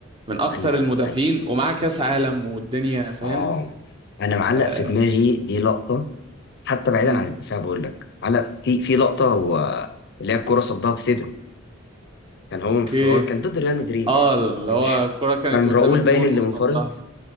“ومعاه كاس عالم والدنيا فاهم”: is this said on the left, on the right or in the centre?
Right